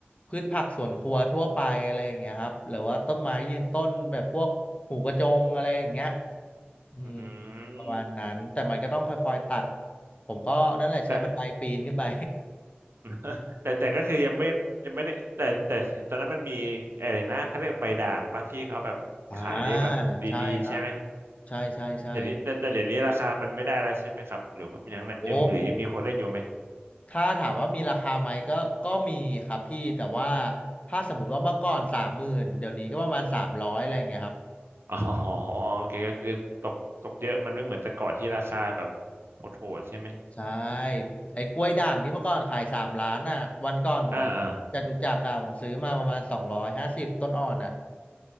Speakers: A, on the left (about 35°); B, on the right (about 75°).
A: พืชผักสวนครัวทั่วไปอะไรอย่างเงี้ยครับหรือว่าต้นไม้ยืนต้นแบบพวกหมูกระจงอะไรอย่างเงี้ยอืม
B: อื
A: ประมาณนั้นแต่มันก็ต้องค่อยๆตัด
B: ม
A: ผมก็นั่นแหละใช้บันไดปีนขึ้นไป
B: แต่ <laughs> แต่แต่ก็คือยังไม่ยังไม่ได้แต่แต่เห็นตอนนั้นมันมีอะไรนะเขาเรียกใบด่างปะที่เขาแบบขายได้แบบดีๆใช่ไหม
A: <laughs> อ่าใช่ครับใช่ใช่ใช่
B: แต่นี้แต่แต่เดี๋ยวนี้ราคามันไม่ได้แล้วใช่ไหมครับหรือว่ามันยังยังหรือยังมีคนเล่นอยู่ไหม
A: โอ้ถ้าถามว่ามีราคาไหมก็ก็มีครับพี่แต่ว่าถ้าสมมติว่าเมื่อก่อนสามหมื่นเดี๋ยวนี้ก็ประมาณสามร้อยอะไรเงี้ยครับ
B: อ๋อโอเคก็คือตกตกเยอะมันไม่เหมือนแต่ก่อนที่ราคาแบบโหดๆใช่ไหม
A: ใช่ไอ้กล้วยด่างที่เมื่อก่อนขายสามล้านอ่ะวันก่อนผม
B: อ่าอ่า
A: จตุจักรอ่ะผมซื้อมาประมาณสองร้อยห้าสิบต้นอ่อนอ่ะ